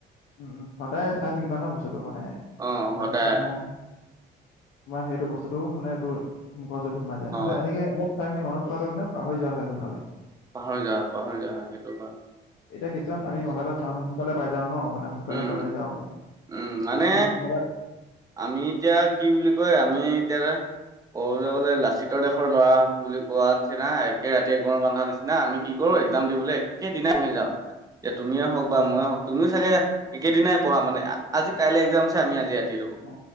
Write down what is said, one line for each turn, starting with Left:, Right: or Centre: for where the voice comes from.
Left: উম সদায় চাই থাকিবা ন বস্তুটো মানে
Right: অ
Left: ইমান
Right: সদায়
Left: কি তোমাৰ সেইটো বস্তুটো মানে এইটো মগজুত সোমাই যায় নহ'লে
Right: অ
Left: এনেকে অলপ চাই মিনি মনত থোৱাতো নে পাহৰি যোৱা হয় সোনকালে।
Right: পাহৰি যাওঁ পাহৰি যাওঁ সেইটো হয়
Left: এতিয়া কিছুমান আমি মোবাইলত চাওঁ ন সোনকালে পাই যাওঁ ন মানে সোনকালে
Right: উম
Left: পাহৰি যাওঁ
Right: উম মানে
Left: উম মোবাইল
Right: আমি এতিয়া কি বুলি কয় আমি এতিয়া ক'বলৈ গ'লে লাচিতৰ দেশৰ ল'ৰা বুলি কোৱা নিচিনা একে ৰাতিয়ে গঁড় বান্ধা নিচি না আমি কি কৰোঁ একজাম দিবলে একেদিনা পঢ়ি যাওঁ এতিয়া তুমিয়ে হওঁক বা ময়ে হওঁক তুমিও চাগে একেদিনাই পঢ়া মানে আজি কাইলে এক্সাম আছে আমি আজি ৰাতিটো পঢ়ো
Left: অ